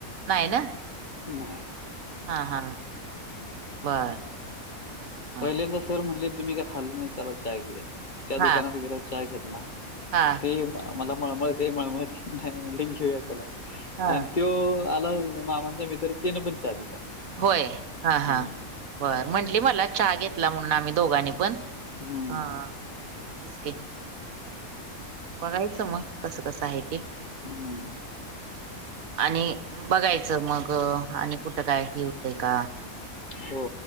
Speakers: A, on the right; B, on the left.
A: नाही ना
B: नाही
A: हा हा बर. हा हा
B: पहिल्यांदा सर म्हटले तुम्ही काय खाल्ल नाही चला चहा घेऊया. त्या
A: हा
B: दुकानात गेलो चा घेतला
A: हा
B: ते. मला मळमळते मळमळते नाही म्हण ते घेऊया चला.
A: हा
B: आणि तो आला मामांचा मित्र तिन पण चा दिला.
A: होय हा
B: हम्म
A: हां बर म्हंटली मला चहा घेतला म्हणून आम्ही दोघांनी. पण
B: हम्म
A: हाचक. बघायचं मग कसं कसं आहे ते.
B: ह.
A: आणि बघायचं मग आणि कुठं काय हे होतंय का.
B: हो.